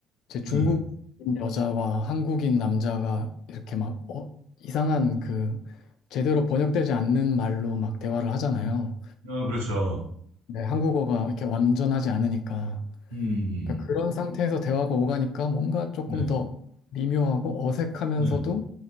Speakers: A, on the left; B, on the right.
A: 제 중국인
B: 음,
A: 여자와 한국인 남자가 이렇게 막 어, 이상한 그 제대로 번역되지 않는 말로 막 대화를 하잖아요.
B: 어 그렇죠.
A: 네, 한국어가 이렇게 완전하지 않으니까.
B: 음,
A: 그러니까
B: 음.
A: 그런 상태에서 대화가 오가니까 뭔가 조금
B: 네,
A: 더 미묘하고 어색하면서도
B: 네,